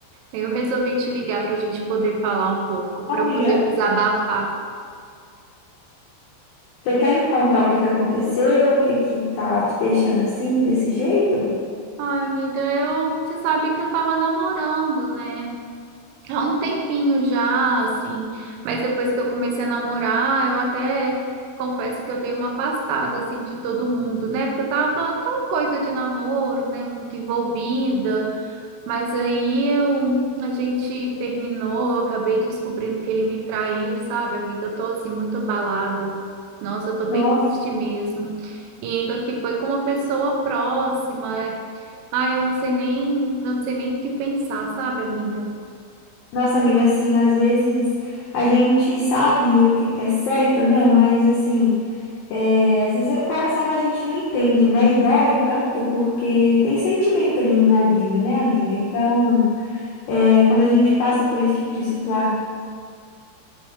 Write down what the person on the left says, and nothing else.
Amiga,
você quer me contar o que que aconteceu? O que que tá te deixando assim, desse jeito?
Nossa.
Nossa, amiga, assim, às vezes a gente sabe o que que é certo, né? Mas, assim, é, às vezes o coração da gente não entende, né? E dói tanto porque tem sentimento ali envolvido, né, amiga? Então, é, quando a gente passa por esse tipo de situação,